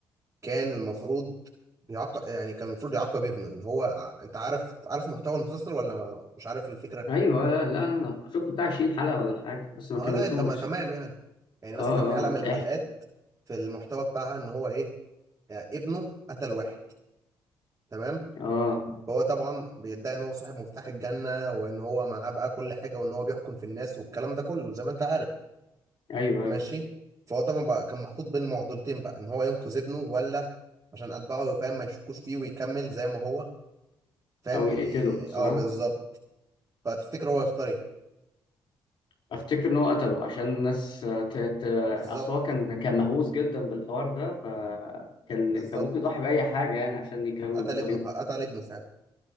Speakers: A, on the right; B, on the left.
A: كان المفروض يعاقب يعني كان المفروض يعاقب ابنه يعني هو ع- انت عارف عارف محتوى المسلسل ولا مش عارف الفكرة؟
B: أيوه لا لا لا أنا شفت بتاع 20 حلقة ولا حاجة بس ما
A: اه
B: كملتوش
A: لا انت ما تمام يعني يعني مثلا
B: اه اه
A: كان في حلقة من الحلقات
B: احكي
A: في المحتوى بتاعها ان هو ايه يعني ابنه قتل واحد تمام
B: اه
A: هو طبعا بيدعي ان هو صاحب مفتاح الجنة وان هو معاه بقى كل حاجة وان هو بيحكم في الناس والكلام ده كله زي ما انت عارف
B: أيوه أيوه
A: ماشي فهو طبعا بقى كان محطوط بين معضلتين بقى ان هو ينقذ ابنه ولا عشان اتباعه فاهم ما يشكوش فيه ويكمل زي ما هو فاهم
B: أو يقتله
A: إيه،
B: صح؟
A: اه بالظبط فتفتكر هو يختار ايه
B: أفتكر إن هو قتله عشان الناس آه، ت- ت-
A: بالظبط
B: أصل هو كان كان مهووس جدا بالحوار ده فكان
A: بالظبط
B: كان ممكن يضحي بأي حاجة يعني عشان يكمل
A: قتل
B: طريقه
A: ابنه قتل ابنه فعلا